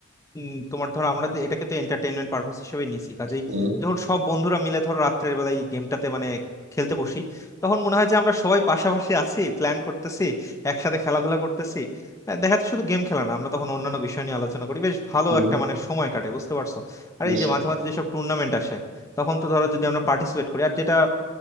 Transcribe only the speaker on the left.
উম, তোমার ধরো আমরা যে এটাকে তো এন্টারটেইনমেন্ট পারপাস হিসেবে নিছি কাজেই
যখন সব বন্ধুরা মিলে ধরো রাত্রের বেলায় গেমটাতে মানে খেলতে বসি তখন মনে হয় যে আমরা সবাই পাশাপাশি আছি প্ল্যান করতেছি একসাথে খেলাধুলা করতেছি আহ, দেখা যাচ্ছে শুধু গেম খেলা না আমরা তখন অন্যান্য বিষয় নিয়ে আলোচনা করি বেশ ভালো
একটা মানে সময় কাটে বুঝতে পারছো আর
এই যে মাঝে মাঝে যেসব টুর্নামেন্ট আসে তখন তো ধরো যদি আমরা পার্টিসিপেট করি আর যেটা